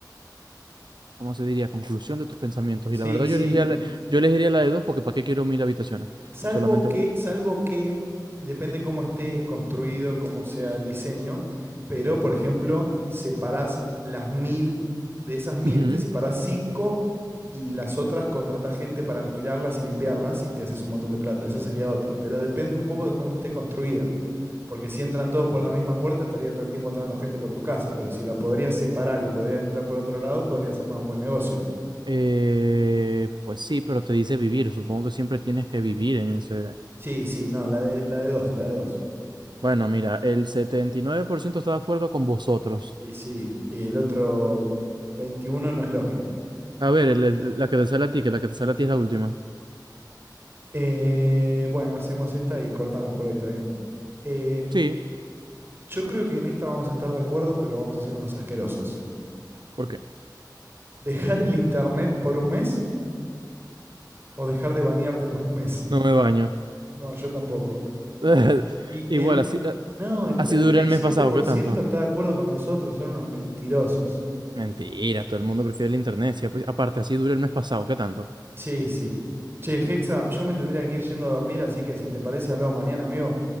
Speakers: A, on the right; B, on the right.
A: ¿cómo se diría? Conclusión de tus pensamientos.
B: Sí,
A: Y la verdad,
B: sí.
A: yo elegiría la, yo elegiría la de dos porque ¿para qué quiero mil habitaciones?
B: Salvo
A: Solamente...
B: que,
A: un-
B: salvo que, depende cómo esté construido, cómo sea el diseño, pero por ejemplo, separás las mil, de esas mil
A: Ujú, ujú.
B: te separás cinco y las otras contratás gente para alquilarlas y limpiarlas y te haces un montón de plata. Esa sería otra. Pero depende un poco de cómo esté construida. Porque si entran todos por la misma puerta, estaría todo el tiempo entrando gente por tu casa. Pero si la podrías separar y podrían entrar por otro lado, podrías armar un buen negocio.
A: Eh, pues sí, pero te dice vivir. Supongo que siempre tienes que vivir en ese...
B: Sí, sí, no, la de, la de dos, la de dos.
A: Bueno, mira, el 79% está de acuerdo con vosotros.
B: Y sí, y el otro 21 no es lógico.
A: A ver, el- el- la que te sale a ti, que la que te sale a ti es la última.
B: Eh, bueno, hacemos esta y cortamos por hoy, está bien. Eh,
A: Sí,
B: yo creo que en esta vamos a estar de acuerdo, pero vamos a ser unos asquerosos.
A: ¿por qué?
B: ¿Dejar el internet por un mes o dejar de bañarte por un mes?
A: No me baño.
B: No, yo tampoco.
A: <laughs>
B: Y
A: Igual,
B: él,
A: así,
B: no, el
A: así
B: 37%
A: duré el mes pasado, ¿qué tanto?
B: está de acuerdo con nosotros, son unos mentirosos.
A: Mentira, todo el mundo prefiere el internet. Sí, pues, aparte, así dura el mes pasado, ¿qué tanto?
B: Sí, sí. Che, Hexa, yo me tendría que ir yendo a dormir, así que si te parece, hablamos mañana, amigo.